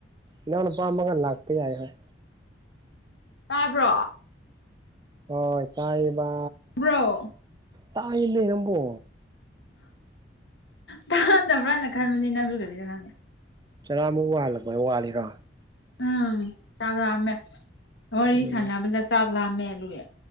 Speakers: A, on the right; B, on the left.
A: ꯏꯅꯥꯎ ꯅꯨꯄꯥꯝꯃꯒ ꯂꯥꯛꯄ ꯌꯥꯏ ꯍꯣꯏ
B: ꯇꯥꯕ꯭ꯔꯣ
A: ꯍꯣꯢ ꯇꯥꯏꯌꯦꯕꯥ
B: ꯕ꯭ꯔꯣ
A: ꯇꯥꯏꯌꯦꯃꯦ ꯅꯪꯕꯣ
B: ꯇꯥꯗꯕ꯭ꯔꯥꯅ ꯈꯟꯕꯅꯦ ꯅꯪꯖꯨ ꯀꯔꯤꯔ ꯈꯪꯗꯦ
A: ꯆꯔꯥꯃꯨꯛ ꯋꯥꯜꯂꯕꯣꯏ ꯋꯥꯜꯂꯤꯔꯣ
B: ꯎꯝ ꯆꯥꯛ ꯂꯥꯝꯃꯦ ꯋꯥꯔꯤ
A: ꯎꯝ
B: ꯁꯥꯟꯅꯕꯗ ꯆꯥꯛ ꯂꯥꯝꯃꯦ ꯑꯗꯨꯒꯤ